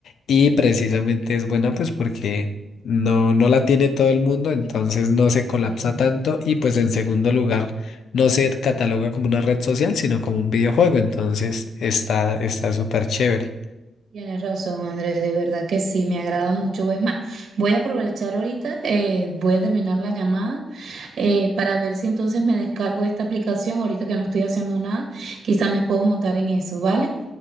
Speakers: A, on the left; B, on the right.
A: y precisamente es buena pues porque no, no la tiene todo el mundo, entonces no se colapsa
B: sí.
A: tanto y pues en segundo lugar no se cataloga como una red social, sino como un videojuego, entonces está está súper chévere.
B: Tienes razón, Andrés, de verdad que sí, me agrada mucho. Es más, voy a aprovechar ahorita, eh, voy a terminar la llamada eh, para ver si entonces me descargo esta aplicación, ahorita que no estoy haciendo nada, quizá me puedo montar en eso, ¿vale?